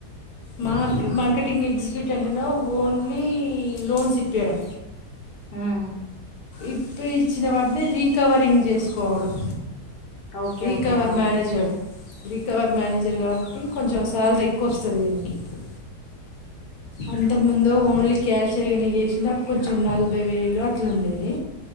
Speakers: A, on the left; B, on the left.
A: మార్ మార్కెటింగ్ ఎక్స్క్యూట్ అంటనా ఓన్లీ తిపియడం
B: హుమ్
A: ఇప్పి ఇచ్చిన వాటిని రీకవరింగ్ చేసుకోవడం
B: ఓకే
A: రీకవర్
B: ఓకే ఆ
A: మేనేజర్ కవర్ మేనేజర్ కాబట్టి కొంచెం సాలరీ ఎక్కువ వస్తది ఈయనిక్ ఇప్పుడు అంతముందు ఓన్లీ క్యాషియర్ గానే చేసి కొంచెం నలభై వేలు అట్లా ఉండేది.